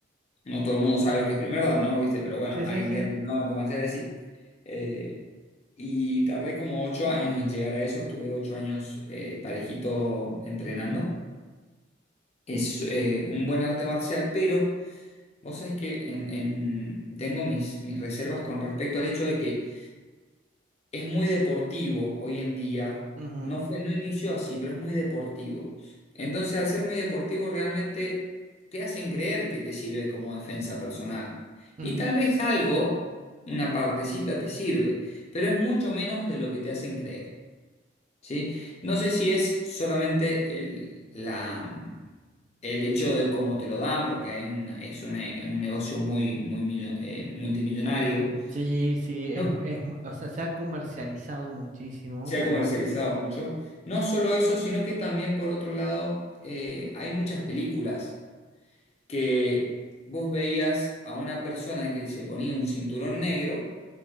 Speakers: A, on the left; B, on the right.
A: no todo el mundo sabe lo que es primer dan, ¿no? ¿Viste? Pero bueno,
B: Sí,
A: alguien
B: sí, sí.
A: que ha entrenado artes marciales sí. Eh, y tardé como ocho años en llegar a eso. Estuve ocho años eh, parejito entrenando.
B: Ujú,
A: Es eh, un buen arte marcial, pero vos sabés que en- en- tengo mis, mis reservas con respecto al hecho de que es muy deportivo hoy en día.
B: ujú,
A: No fue, no inició así, pero es muy deportivo. Entonces, al ser muy deportivo, realmente te hacen creer que te sirve como defensa personal.
B: ujú.
A: Y tal vez algo, una partecita, te sirve, pero es mucho menos de lo que te hacen creer, ¿sí? No sé si es solamente el, la, el hecho de cómo te lo dan, porque hay una, es una- un negocio muy, muy millo- eh, multimillonario.
B: Sí, sí, es,
A: No,
B: es, o sea, se ha comercializado muchísimo
A: se ha
B: a
A: comercializado
B: lo
A: mucho. No solo eso, sino que también por otro lado eh, hay muchas películas que vos veías a una persona que se ponía un cinturón negro